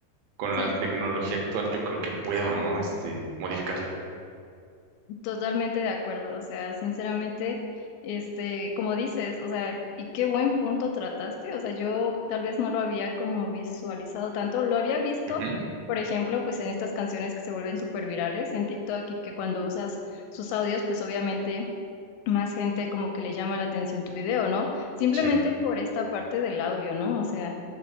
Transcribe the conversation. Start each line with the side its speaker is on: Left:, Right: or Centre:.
Right: Con
Left: Sí,
Right: la tecnología actual yo creo que puedo, ¿no? Este, modificarla.
Left: Totalmente de acuerdo, o sea, sinceramente, este, como dices, o sea, y qué buen punto trataste, o sea, yo tal vez no lo había como visualizado tanto, lo había visto,
Right: Ujú,
Left: por ejemplo, pues en estas canciones que se vuelven súper virales en TikTok y que cuando usas sus audios, pues obviamente más gente como que le llama la atención tu video, ¿no? Simplemente
Right: Sí,
Left: por esta parte del audio, ¿no? O sea...